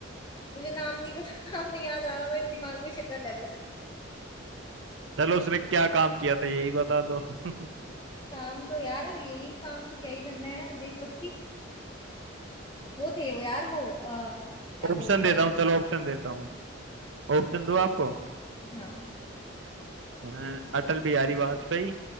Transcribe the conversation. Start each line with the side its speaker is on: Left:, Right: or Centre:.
Left: मुझे नाम नहीं पता <laughs> नाम नहीं याद आ रहा मेरे दिमाग में शक्ल है बस
Right: चलो उसने क्या काम किया था यही बता दो <laughs>
Left: काम तो यार यही काम तो क्या ही करना है देशभक्ति वो थे वो यार वो आ, क्या
Right: ऑप्शन
Left: बोलते
Right: देता
Left: हैं
Right: हूँ चलो ऑप्शन देता हूँ ऑप्शन दो आपको
Left: हाँ
Right: अ, अटल बिहारी वाजपेयी